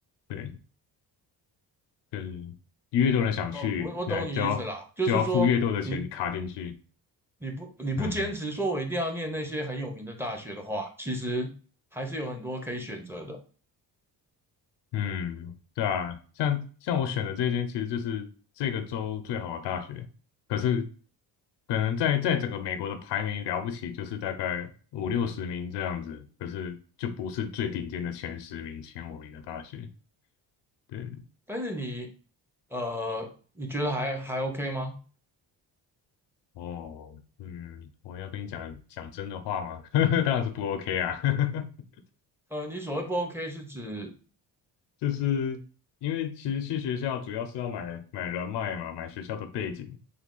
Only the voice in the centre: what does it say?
哦，我我懂你意思啦，
就是说你你不你不坚持说我一定要念那些很有名的大学的话，
其实还是有很多可以选择的。
但是你呃，你觉得还还 OK 吗？
呃，你所谓不 OK 是指